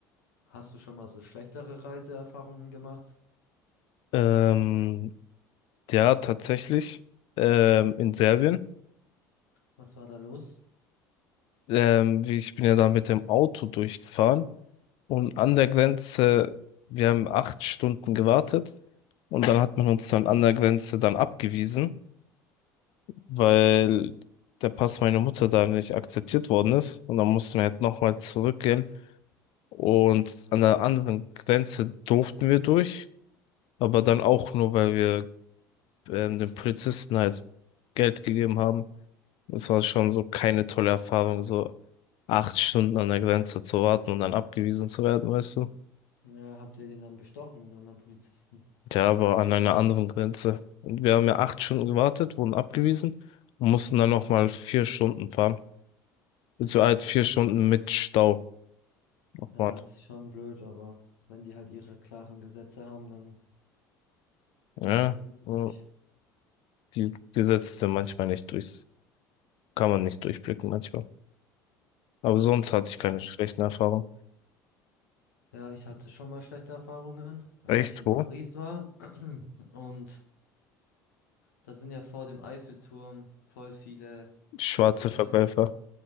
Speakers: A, on the left; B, on the left.
A: hast du schon mal so schlechtere Reiseerfahrungen gemacht?
B: Ähm, ja, tatsächlich. Ähm, in Serbien.
A: Was war da los?
B: Ähm, wie- ich bin ja da mit dem Auto durchgefahren. Und an der Grenze, wir haben acht Stunden gewartet. Und dann hat man uns dann an der Grenze dann abgewiesen. weil der Pass meiner Mutter da nicht akzeptiert worden ist. Und dann mussten wir halt nochmal zurückgehen. Und an der anderen Grenze durften wir durch, aber dann auch nur, weil wir ähm, den Polizisten halt Geld gegeben haben. Das war schon so keine tolle Erfahrung, so acht Stunden an der Grenze zu warten und dann abgewiesen zu werden, weißt du?
A: Ja, habt ihr den dann bestochen, den anderen Polizisten?
B: Ja, aber an einer anderen Grenze. Und wir haben ja acht Stunden gewartet, wurden abgewiesen und mussten dann nochmal vier Stunden fahren. Also halt vier Stunden mit Stau. Aufwand.
A: Ja, das ist schon blöd, aber wenn die halt ihre klaren Gesetze haben, dann,
B: Ja,
A: dann geht es
B: äh,
A: nicht.
B: die Gesetze sind manchmal nicht durchs, kann man nicht durchblicken manchmal. Aber sonst hatte ich keine
A: Ja,
B: schlechten Erfahrungen.
A: Ja, ich hatte schon mal schlechte Erfahrungen, als
B: Echt,
A: ich in
B: wo?
A: Paris war. <clears throat> Und da sind ja vor dem Eiffelturm voll viele
B: Schwarze
A: so Leute.
B: Verkäufer.